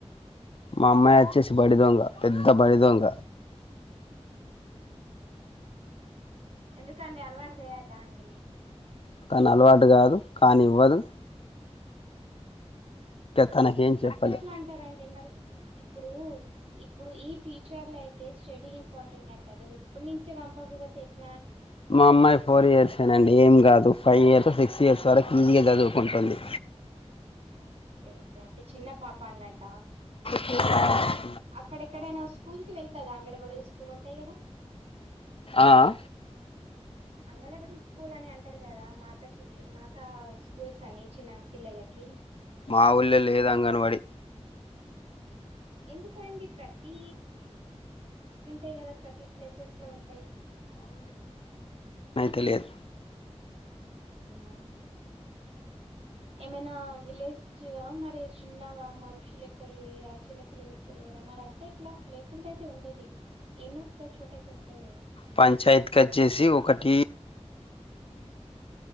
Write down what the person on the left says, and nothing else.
మా అమ్మాయి వచ్చేసి బడి దొంగ పెద్ద బడి దొంగ.
తను అలవాటు కాదు కానీవ్వదు. తనకేం చెప్పలే
మా అమ్మాయి ఫోర్ ఇయర్సేనండి ఏం కాదు. ఫైవ్ ఇయర్స్ సిక్స్ ఇయర్స్ వరకు ఈజీగ చదువుకుంటుంది
ఇంకా
ఆ అ
మాఊళ్ళ లేదు అంగన్వాడి
కనుక తెలియదు
పంచాయత్ కచ్చేసి ఒకటి